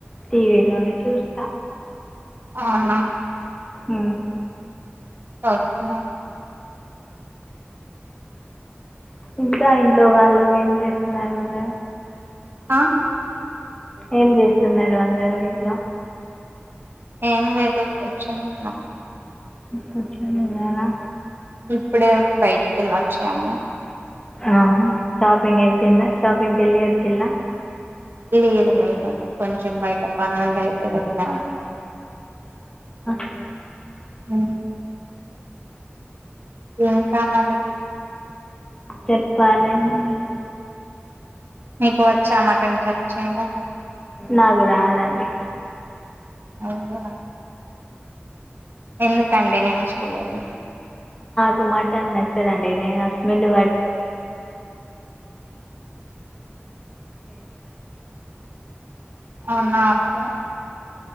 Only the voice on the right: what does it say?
అవునా
ఓకే
ఆ
ఏం లేదు కూర్చుని ఉన్నం
ఇప్పుడే బయటికి వెళ్ళొచ్చాము
లేదు లేదు కొంచెం బయట పనుండే ఐతే వెళ్ళాం
ఊ ఏం కాదది
మీకు వచ్చా మటన్ కర్రీ చేయడం
అవునా ఎందు కండి నేర్చ్ తెలీదా
అవునా ఓకే